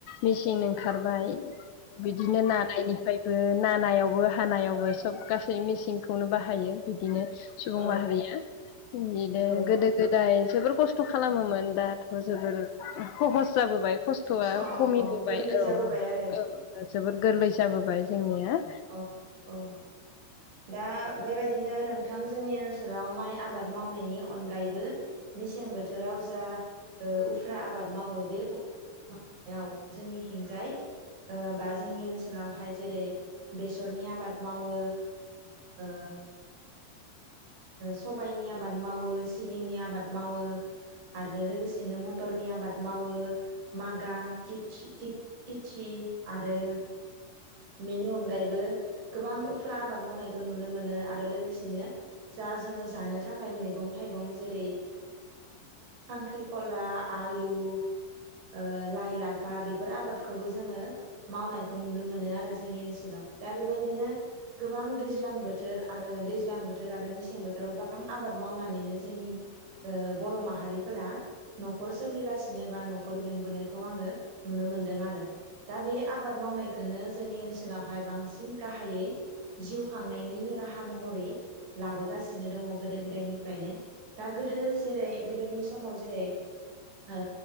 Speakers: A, on the left (about 70°); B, on the right (about 80°).
A: मेचिन ओंखारबाय। बिदिनो नानायनिफ्राय नानायावबो हानायावबो सब गासै मेसिंखौनो बाहायो बिदिनो सुबुं
B: औ
A: माहारिया बिदिनो
B: औ
A: गोदो गोदाय जोबोर खस्थ' खालामोमोन दाथ' जोबोर सहस जाबोबाय। खस्थ'आ
B: स'
A: खमिबोबाय
B: अ गोरलै
A: औ
B: जाबोबाय आरो
A: औ जोबोर गोरलै जाबोबाय। जोङो। <inaudible>
B: औ औ दा बेबायदिनो नोंथां जोंनि ओनसोलाव माइ आबाद मावनायनि अनगायैबो मेसें बोथोराव जा उफ्रा आबाद मावो बे याव जोंनि हिंजाय बा जोंनि ओनसोलावहाय जेरै बेसरनि आबाद मावो। ओ सबायाइनि आबाद मावो सिबिंनि आबाद मावो आरो लोगोसेनो मटरनि आबाद मावो। मागा, थिसि तिसि आरो आरो बेनि अनगायैबो गोबां उफ्रा आबाद मावनायखौ नुनो मोनो आरो लोगोसेनो जा जोङो जानो थाखाय आरो मैगं थाइगं जेरै खांख्रि खला, आलु ओ लाइ-लाफा बे फोर आबादखौबो जोङो मावनायखौ नुनो मोनो आरो जोंनि ओनसोलाव दा बेबायदिनो गोबां दैज्लां बोथोर आरो दैज्लां बोथोर आरो मेसें बोथोराव गोबां आबाद मावनानैनो जोंनि ओ बर' माहारिफोरा न'खर सोलिगासिनो बा न' खर बेंबोनायखौ आङो नुनो मोनदों आरो दा बे आबाद मावनाय खौनो जोंनि ओनसोलावहाय बांसिन गाहायै जिउ खांनायनि राहा महरै लाबोगासिनो दङ' गोदो गोदायनिफ्रायनो। दा गोदो जेरै गोदोनि समाव जेरै ओ